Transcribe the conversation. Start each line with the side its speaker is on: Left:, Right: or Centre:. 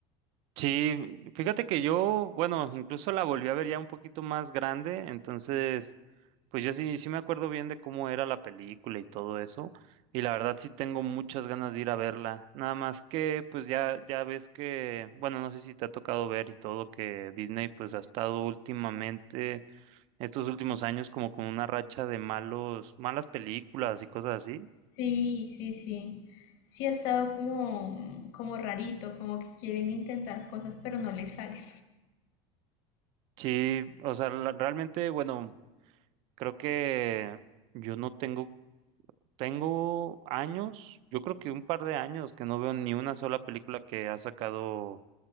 Right: Sí, fíjate que yo, bueno, incluso la volví a ver ya un poquito más grande, entonces... Pues yo sí, sí me acuerdo bien de cómo era la película y todo eso, y la verdad sí tengo muchas ganas de ir a verla. Nada más que, pues ya, ya ves que, bueno, no sé si te ha tocado ver y todo que Disney pues ha estado últimamente, estos últimos años como con una racha de malos, malas películas y cosas así.
Left: Sí, sí, sí. Sí ha estado como, como rarito, como que quieren intentar cosas, pero no les salen.
Right: Sí, o sea, la- realmente, bueno, creo que yo no tengo, tengo años, yo creo que un par de años que no veo ni una sola película que ha sacado